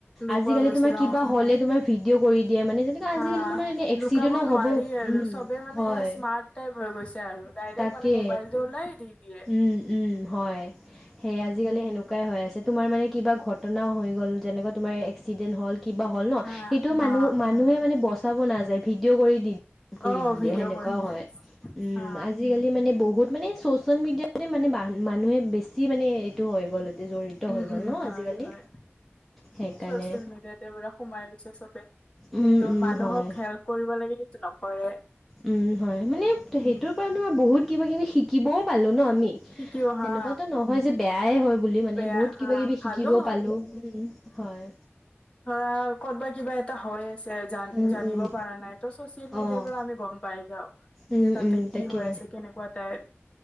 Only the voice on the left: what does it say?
লুকোৱা
গৈছিল
অ
হা
লুকাব নোৱাৰি
আৰু চবে মানে
স্মাৰ্ট টাইপ হৈ গৈছে আৰু ডাইৰেক্ট
মানে মোবাইলটো ওলাই দি দিয়ে
হা
হা
অ
ভিডিঅ'
কৰি দিয়ে
হা
উম
হয়
হয়।
চচিয়েল মিডিয়াতে পুৰা সোমাই গৈছে চবে কিন্তু
মানুহক
হেল্প কৰিব লাগে কিন্তু নকৰে।
উম
শিকিও হা
বেয়া
হা
ভালো
হয় আৰু ক'তবা কিবা এটা হৈ আছে জ
জানিব
পৰা নাই ত চচিয়েল মিডিয়াৰ
পৰা আমি গম পাই যাও।
যে তাতে
কি
হৈ আছে কেনেকুৱা টাইপ?